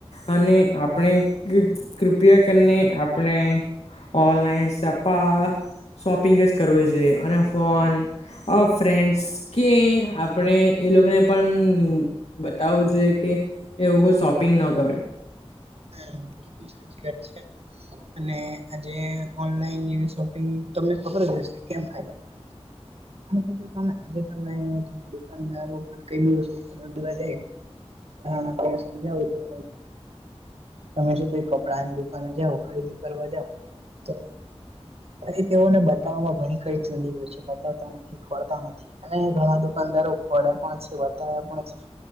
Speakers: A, on the left (about 75°); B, on the right (about 65°).
A: અને આપણે કૃપયા કરને આપણે ઓનલાઈન સપ્પા શોપિંગ જ કરવું જોઈએ અને ફોન અ ફ્રેન્ડસ કે આપણે એ લોકોને પણ બતાવું જોઈએ કે એવુ કઈ શોપિંગ ન કરે.
B: હા બિલકુલ સાચી વાત છે. અને આજે ઓનલાઈન જેવી શોપિંગ તમને ખબર જ હશે કેમ ફાયદા કરે કે જો તમે આજે તમે તમે દુકાનદારો કઈ બી વસ્તુ ખરીદવા જાય મતલબ તો <unintelligible> તમે જો કોઈ કપડાની દુકાને જાઓ ખરીદી કરવા જાઓ તો પછી તેઓને બતાવવામાં ઘણી <unintelligible> હોય છે બતાવતા નથી. ખોરતા નથી અને ઘણા દુકાનદારો ખોડે પણ છે બતાવે પણ છે